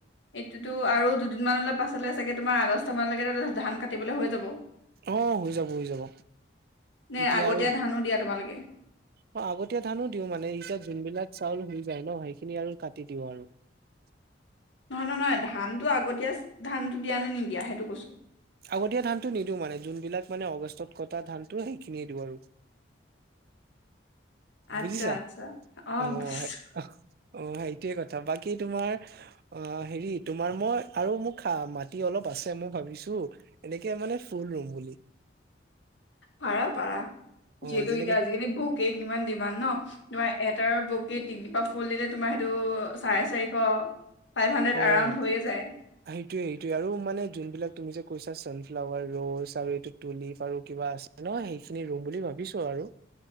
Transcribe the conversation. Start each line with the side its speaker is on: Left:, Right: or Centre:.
Left: এইটোতো আৰু দুদিনমানলৈ পাছলৈ চাগে তোমাৰ আগষ্ট মানলৈকে ধান কাটিবলৈ হৈ যাব।
Right: অ হৈ যাব হৈ যাব
Left: নে
Right: তেতিয়া
Left: আগতীয়া
Right: আৰু
Left: ধানো দিয়া তোমালোকে
Right: অ আগতীয়া ধানো দিও মানে এতিয়া যোনবিলাক চাউল হৈ যায় ন সেইখিনি আৰু কাটি দিওঁ আৰু। <unintelligible>
Left: নহয় নহয় নহয় ধানতটো আগতীয়া ধানটো দিয়া নে নিদিয়া সেইটো কৈছো
Right: আগতীয়া ধানটো নিদিওঁ মানে যোনবিলাক মানে আগষ্টত কটা ধানটো সেইখিনিয়ে দিওঁ আৰু
Left: আচ্ছা
Right: বুজিছা?
Left: আচ্ছা অ
Right: অহ
Left: বুজিছো
Right: অ সেইটোৱে কথা বাকী তোমাৰ অ হেৰি তোমাৰ মই আৰু মোক খা মাটি অলপ আছে, মই ভাবিছো এনেকে মানে ফুল ৰুম বুলি।
Left: পাৰা পাৰা।
Right: অ
Left: যিহেতু
Right: যেনেকে
Left: এতিয়া আজিকালি বকে ইমান ডিমাড ন তোমাৰ এটাৰ বকীত তিনিপা ফুল দিলে তোমাৰ সেইটো চাৰে চাৰিশ ফাইভ হাণ্ড্ৰেড
Right: অ সেইটোৱে
Left: এৰাউণ্ড হৈয়ে যায়
Right: সেইটোৱে আৰু মানে যোনবিলাক তুমি যে কৈছা ছানফ্লাৱাৰ ৰ'জ আৰু এইটো তুলি পাৰ কিবা আছে ন সেইখিনি ৰুম বুলি ভাবিছো আৰু